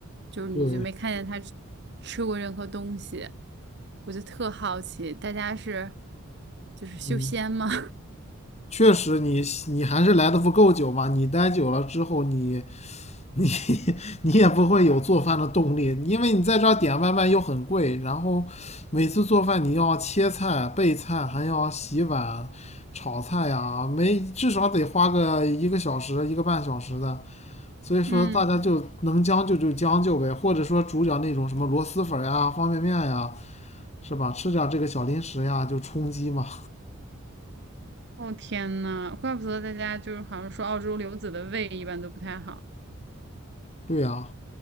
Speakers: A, on the right; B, on the left.
A: 就是你就没看见他吃吃过任何东西，
B: 对，
A: 我就特好奇，大家是就是修仙吗？
B: 嗯确实你你还是来的不够久嘛，你待久了之后你。你你也不会有做饭的动力，因为你在这儿点外卖又很贵，然后每次做饭你要切菜、备菜，还要洗碗、炒菜呀，没至少得花个一个小时、一个半小时的。所以说，
A: <laughs> 嗯。
B: 大家就能将就就将就呗，或者说煮点那种什么螺蛳粉呀、方便面呀，是吧？吃点这个小零食呀，就充饥嘛。
A: 哦天呐，怪不得大家就是好像说澳洲留子的胃一般都不太好。
B: 对呀、